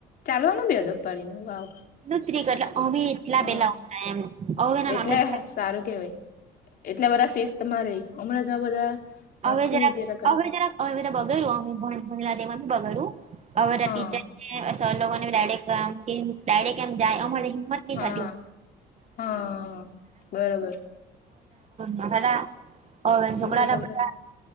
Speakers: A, on the left; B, on the right.
A: ચાલવાનું અડબ વારીને વાવ
B: એ સ્ત્રી કર એટલે અવે એટલા
A: હા
B: પેલા એમ અવે ના.
A: એટલે સારું કેવાય એટલા બધા શિસ્ત માં રહે હમણાં ના બધા
B: હવે
A: મસ્તી
B: જરા
A: જેરા કરે
B: હવે જરા હવે બગ્યું અમે ભ ભલા તેમાં બી બગાડું હવે
A: હા
B: ટીચર સર લોકો ને ડાયરેકમ આમ કે આમ ડાયરેક્ટ એમ જાય અમારે. થતી
A: હા
B: <unintelligible> હવે તો
A: હા બરાબર
B: બધા ઓવેન છોકરા.
A: હમણાં તો બધા